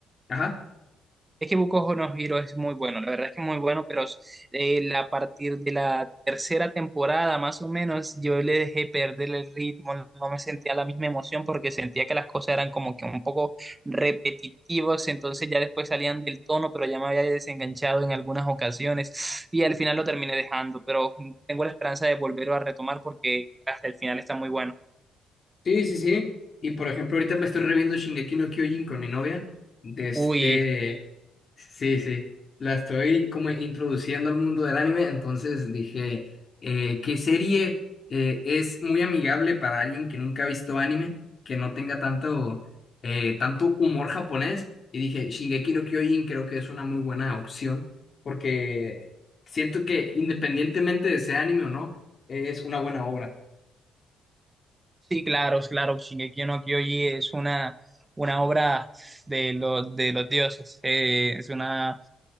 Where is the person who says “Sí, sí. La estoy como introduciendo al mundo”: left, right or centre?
Left